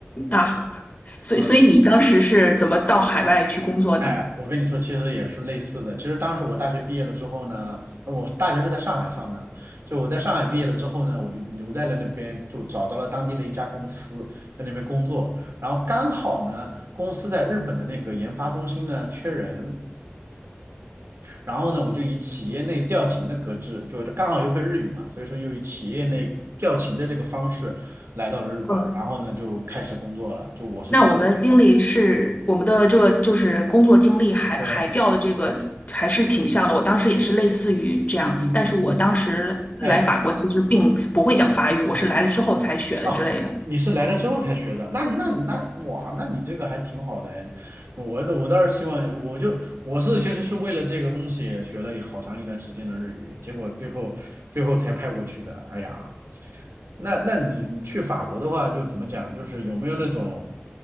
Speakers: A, on the left; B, on the right.
A: 啊，<laughs> 所以所以你当时是怎么到海外去工作的？
B: 嗯。哎，我跟你说，其实也是类似的。其实当时我大学毕业了之后呢，呃我大学是在上海上的，就我在上海毕业了之后呢，我就留在了那边，就找到了当地的一家公司，在那边工作。然后刚好呢，公司在日本的那个研发中心呢缺人，然后呢，我就以企业内调勤的格式，就刚好又会日语嘛，所以说又以企业内调勤的这个方式来到了日本，
A: 嗯
B: 然后呢就开始工作了。就我是这么个感觉。
A: 那我们的经历是我们的这个就是工作经历海海钓的这个还是挺像的。
B: 对，
A: 我当时也是类似于这样，
B: 嗯嗯嗯嗯，
A: 但是我当时来法国其实并不会讲法语，
B: 哎。
A: 我是来了之后才学的之类的。
B: 哦，你是来了之后才学的，那那那哇，那你这个还挺好的哎。我的我倒是希望，我就我是其实是为了这个东西学了好长一段时间的日语，结果最后最后才派过去的。哎呀，那那你去法国的话，就怎么讲，就是有没有那种，